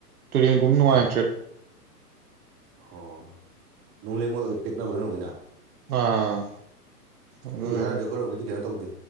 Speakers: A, on the right; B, on the right.
A: ꯇꯨꯔꯦꯟꯀꯨꯝ ꯅꯨꯡꯉꯥꯏꯇ꯭ꯔꯦ
B: ꯎꯝ ꯑꯣ ꯅꯨꯡ ꯂꯩꯉ‌ꯣꯏ ꯑ‌ꯣꯏ ꯄꯦꯛꯅꯕ ꯅ‌ꯣꯏꯔ‌ꯣꯝꯒꯤꯅ
A: ꯑꯥ ꯑꯗꯨ
B: ꯑꯗꯨꯒꯤ ꯍꯥꯏꯔꯗꯤ ꯑꯩꯈꯣꯏꯔꯣꯝꯒꯤꯗꯤ ꯀꯩꯅꯣ ꯇꯧꯗꯦ